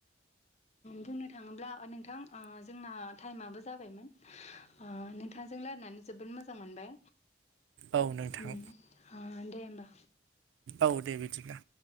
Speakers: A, on the left; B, on the right.
A: बुंनो थाङोब्ला नोंथां ओ जोंना टाइमाबो जाबायमोन ओ नोंथांजों रायलायनानै जोबोद मोजां मोनबाय।
B: औ नोंथां
A: उम आ दे होमबा।
B: औ दे बिदिब्ला।